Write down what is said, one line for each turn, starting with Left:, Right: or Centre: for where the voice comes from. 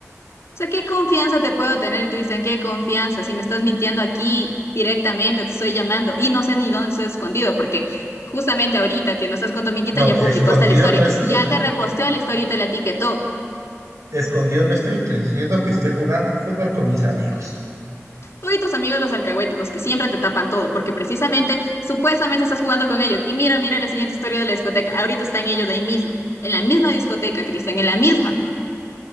Left: O sea, ¿qué confianza te puedo tener, Cristian? ¿Qué confianza? Si me estás mintiendo aquí directamente, te estoy llamando y no sé ni dónde estás escondido, porque justamente ahorita que no estás con tu amiguita
Right: No,
Left: ya
Right: escondido
Left: publicó hasta la historia,
Right: no estoy.
Left: ya te reposteó la historia y te la etiquetó.
Right: Escondido no estoy, te diciendo que estoy jugando fútbol con mis amigos.
Left: Tú y tus amigos los alcahuetes, los que siempre te tapan todo, porque precisamente, supuestamente estás jugando con ellos. Y mira, mira la siguiente historia de la discoteca. Ahorita están ellos ahí mismo, en la misma discoteca, Cristian, en la misma,